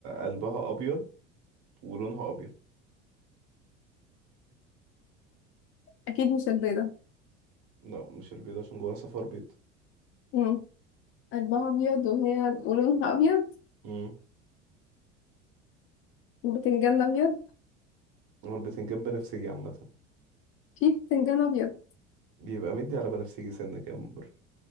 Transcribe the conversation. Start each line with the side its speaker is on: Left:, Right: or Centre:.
Right: قلبها أبيض ولونها أبيض
Left: أكيد مش البيضة
Right: لا مش البيض عشان جواها صفار بيض
Left: مم. قلبها أبيض وهي ولونها أبيض
Right: امم
Left: وبتنجان أبيض
Right: هو البتنجان بنفسجي عامة
Left: في بتنجان أبيض
Right: بيبقى مدي على بنفسجي سنة كده من بره